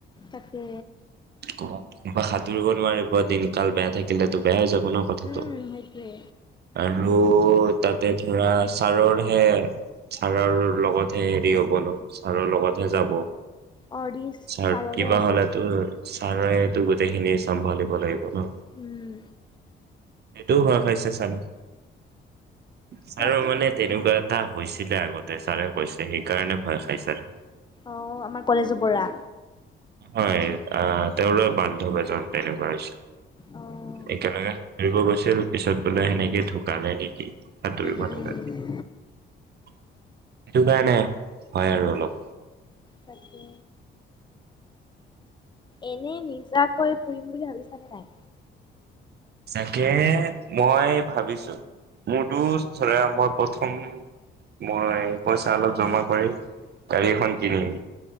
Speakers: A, on the left; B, on the right.
A: তাকে।
B: ক'ৰবাত কিবা সাঁতুৰিব নোৱাৰিব দিনকাল বেয়া থাকিলে তো বেয়া যাব। ম কথাটো
A: উম সেইটোৱে
B: আৰু তাতে ধৰা ছাৰৰহে ছাৰৰ লগতহে হেৰি হ'ব ন ছাৰৰ লগতহে যাব।
A: অৰিশ
B: ছাৰ
A: ছাৰৰে
B: কিবা
A: আছে
B: হলে তোৰ ছাৰে টো গোটেই খিনিয়ে চম্ভালিব লাগিব ন
A: উম
B: সেইটোও ভয় খাইছে ছাৰে ছাৰৰ
A: চোৱাচোন
B: মানে তেনেকুৱা এটা হৈছিলে আগতে ছাৰে কৈছে সেইকাৰণে ভয় খাই ছাৰ
A: অ আমাৰ কলেজৰ পৰা
B: হয় অহ তেওঁৰ বান্ধৱ এজন তেনেকুৱা হৈছিল
A: অ উম
B: একেলগে সাঁতুৰিব গৈছিল পিছত বোলে সেনেকে ঢুকালে নেকি সাঁতুৰিব
A: উম
B: নাজানে সেইটো কাৰণে হয় আৰু অলপ
A: তাকে এনে নিজাকৈ ফুৰিম বুলি ভাবিছানে নাই
B: তাকে মই ভাবিছো মোৰতো ধৰা মই প্ৰথম মই পইচা অলপ জমা কৰি গাড়ী এখন কিনিম